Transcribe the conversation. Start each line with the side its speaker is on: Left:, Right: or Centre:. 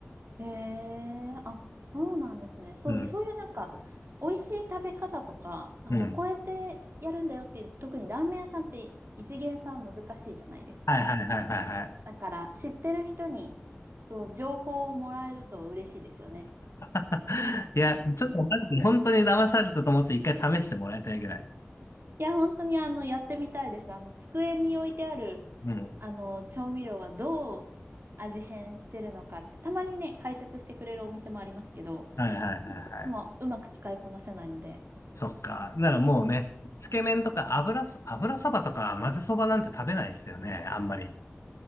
Right: ええあ、そうなんですね。そう、
Left: うん。
Right: そういうなんか、美味しい食べ方とか、あの、
Left: うん。
Right: こうやってやるんだよっていう、特にラーメン屋さんって一見さん難しいじゃないですか。
Left: はいはいはいはいは
Right: だから、知ってる人に、そう、情報をもらえると嬉しいですよね。
Left: い。<laughs> いや、ちょっとマジで本当に騙されたと思って一回試してもらいたいぐらい。
Right: いや、本当にあの、やってみたいです。あの、机に置いてある、
Left: うん。
Right: あの、調味料はどう味変してるのかって、たまにね、解説してくれるお店もありますけど、
Left: はいはいはいはい。
Right: いつもうまく使いこなせないので。
Left: そっか。ならもうね、つけ麺とか油そ、油そばとか混ぜそばなんて食べないですよね、あんまり。